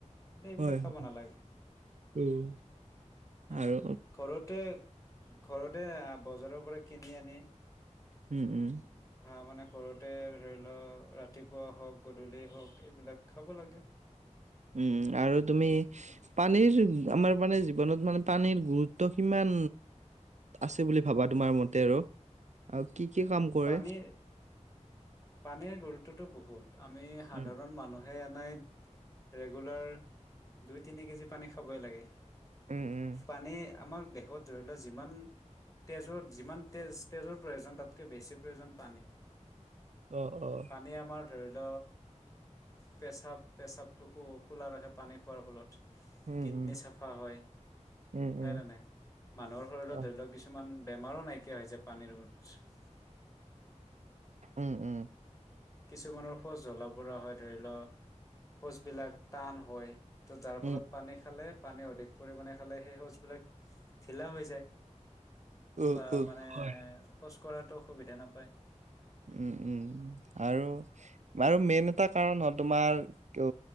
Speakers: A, on the left; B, on the right.
A: এইবিলাক
B: হয়,
A: খাব
B: হয়,
A: নালাগে
B: উম,
A: আহ
B: আৰু
A: ঘৰতে, ঘৰতে বজাৰৰ পৰা কিনি আনি,
B: উম, উম,
A: উ ভা <unintelligible> মানে সৰুতে ধৰি ল, ৰাতিপুৱা হওক গধূলি হওক এইবিলাক, খাব লাগে
B: উম আৰু তুমি পানীৰ <unintelligible> আমাৰ মানে জীৱনত মানে পানীৰ গুৰুত্ব কিমান আছে বুলি ভাবা তোমাৰ মতে আৰু, কি কি কাম কৰে?
A: পানীৰ পানীৰ গুৰুত্ব <unintelligible> <unintelligible> তো বহুত আমি সাধাৰণ
B: উম,
A: মানুহ। সেই অননাইত <unintelligible> ৰেগুলাৰ দুই তিনি কেজি পানী খাবই লাগে।
B: উম, উম,
A: পানী আমাৰ হত ধ <unintelligible> যিমান তেজৰ যিমান তেজ, তেজৰ প্ৰয়োজন তাত কৈ বেছি প্ৰয়োজন পানী।
B: অহ অহ!
A: পানী আমাৰ ধৰি ল পেচাব, পেচাবটো খো- খোলা ৰাখে পানী খোৱাৰ ফলত।
B: উম,
A: কিডনী
B: উম,
A: চাফা হয়।
B: উম,
A: হয়নে
B: উম,
A: নাই? মানুহৰ শৰীৰত
B: অ',
A: ধৰি লওক কিছুমান বেমাৰো নাইকিয়া হৈছে পানী <unintelligible>
B: উ, উ।
A: কিছুমানৰ শৌচ জ্বলা-পোৰা হয়। ধৰি লোৱা, শৌচ বিলাক টান হয়। ত, তাৰ
B: উম,
A: ফলত পানী খালে পানী অধিক পৰিমাণে খালে সেই শৌচ বিলাক ঢিলা হৈ যায়।
B: উম,
A: বা
B: উম,
A: মানে
B: হয়।
A: শৌচ কৰাটো সুবিধা নাপায়।
B: উ, উ আৰু মেইন এটা কাৰণ হল তোমাৰ ত'